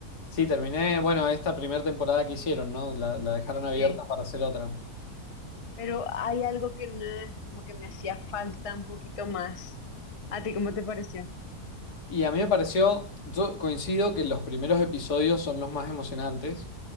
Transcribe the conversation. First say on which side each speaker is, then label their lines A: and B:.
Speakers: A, on the left; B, on the left.
A: Sí, terminé, bueno, esta primera temporada que hicieron, ¿no? La, la dejaron abierta
B: Sí.
A: para hacer otra.
B: Pero hay algo que no, como que me hacía falta un poquito más. ¿A ti cómo te pareció?
A: Y a mí me pareció, yo coincido que los primeros episodios son los más emocionantes,